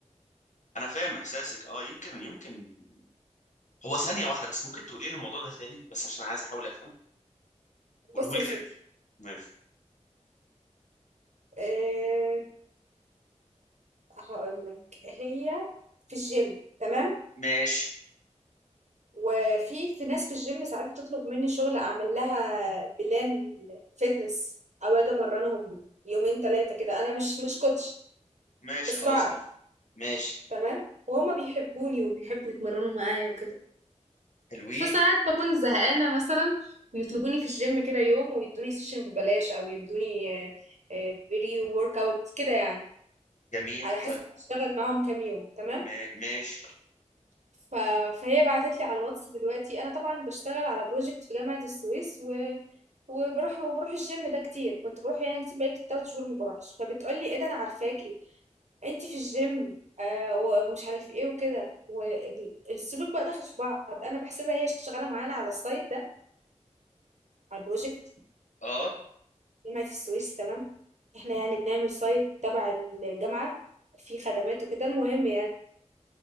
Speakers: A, on the left; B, on the right.
A: انا فاهم احساسك اه يمكن يمكن هو ثانيه واحده بس ممكن تقولي لي الموضوع ده ثاني بس عشان عايز احاول افهم قوله
B: بص
A: لي
B: يا سيدي
A: كده ماشي
B: آه، هاقول لك، هي في الgym تمام،
A: ماشي
B: وفي في ناس في الgym ساعات بتطلب مني شغل أعمل لها بلان fitness أو آجي أمرنهم يومين 3 كده، أنا مش مش كوتش
A: ماشي
B: بس
A: خلاص
B: بعرف
A: تمام ماشي
B: تمام، وهما بيحبوني وبيحبوا يتمرنوا معايا وكده،
A: حلوين
B: فساعات بكون زهقانة مثلا ويطلبوني في الgym كده يوم ويدوني سيشن ببلاش أو يدوني بري ورك أوت كده يعني
A: جميل
B: على حسب
A: طيب
B: هشتغل معاهم كام يوم تمام.
A: ما- ماشي
B: ف... فهي بعتت لي على الواتس دلوقتي انا طبعا بشتغل على بروجكت في جامعة السويس و... وبروح وبروح الجيم ده كتير كنت بروح يعني كتير بقالي 3 شهور ما بروحش فبتقول لي ايه ده انا عارفاكي انت في الجيم آه و- ومش عارف ايه وكده والسلوك بقى داخل في بعض انا بحسبها هي شغاله معانا على السايت ده على البروجكت
A: اه
B: جامعه السويس تمام احنا يعني بنعمل سايت تبع الجامعه فيه خدمات وكده المهم